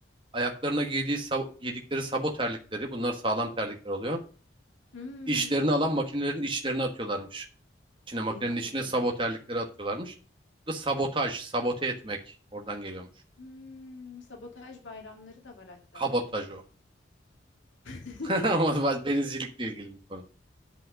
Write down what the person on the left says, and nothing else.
Hmm,
inanmıyorum.
Hmm, sabotaj bayramları da var hatta
onların.
<laughs>